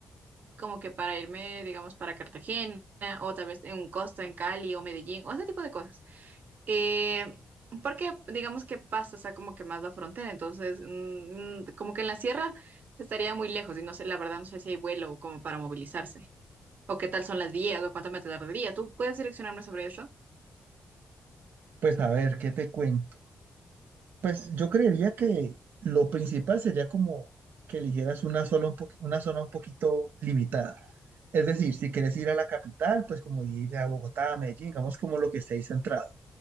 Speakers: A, on the right; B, on the right.
A: como que para irme, digamos, para Cartagena o tal vez en un Costa, en Cali o Medellín o ese tipo de cosas. Eh, porque digamos que pasa, o sea, como que más la frontera, entonces mm, mm, como que en la sierra estaría muy lejos y no sé, la verdad no sé si hay vuelo como para movilizarse o qué tal son las vías o cuánto me tardaría. ¿Tú puedes direccionarme sobre eso?
B: Pues, a ver, ¿qué te cuento? Pues, yo creería que lo principal sería como que eligieras una sola un poqui- una zona un poquito limitada. Es decir, si quieres ir a la capital, pues como ir a Bogotá, a Medellín, digamos como lo que esté ahí centrado.